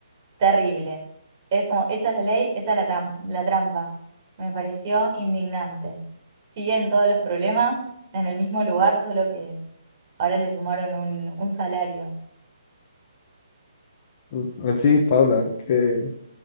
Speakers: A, on the right; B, on the left.
A: terrible. Es como, echa la ley, echa la, tam- la trampa. Me pareció indignante. Siguen todos los problemas en el mismo lugar, solo que ahora le sumaron un, un salario.
B: u- Sí, Paula, que